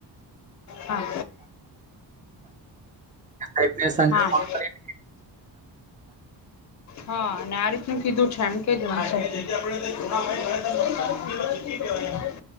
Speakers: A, on the left; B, on the right.
A: હા.
B: સાહેબને સાંજે
A: હા.
B: ફોન
A: <inaudible>
B: કરી
A: હા અને આ રીતનું કીધું છે એમ કે જો હાલશે <unintelligible>